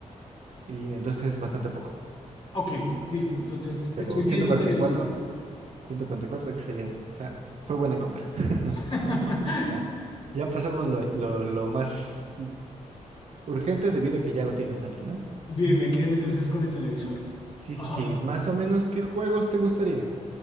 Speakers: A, on the right (about 60°); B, on the left (about 40°).
A: y entonces es bastante poco.
B: ok, listo. Entonces
A: Pero
B: estoy viendo
A: ciento ciento cuarenta
B: el televisor.
A: cuarenta y cuatro ciento cuarenta y cuatro excelente. O sea, fue buena compra. <laughs>
B: <laughs>
A: Ya. Ya pasamos lo, lo, lo más urgente debido a que ya lo tienes ahí, ¿no?
B: Bien, me quedo entonces con el televisor.
A: Sí,
B: Ah,
A: sí, sí. Más o menos, ¿qué juegos te gustaría?